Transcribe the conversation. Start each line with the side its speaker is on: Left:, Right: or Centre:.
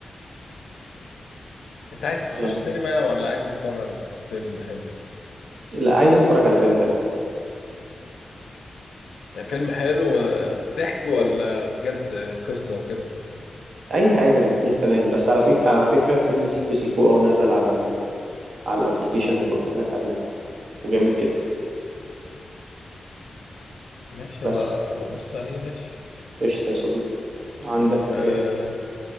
Left: <laughs> انت عايز تخش
Right: يعني
Left: سينما ولا عايز تتفرج فيلم حلو
Right: لا عايز اتفرج على فيلم حلو
Left: فيلم حلو آه، ضحك ولا بجد آه، قصة وكده
Right: اي حاجه الاتنين تمام بس على فكره على فكره فيلم سيكو سيكو اه نزل على ال... على الابليكيشن اللي قلت لك عليه ده وجامد جدا
Left: ماشي
Right: بس
Left: بقى ببص عليه ماشي
Right: قشطه يا صديقي عندك
Left: أه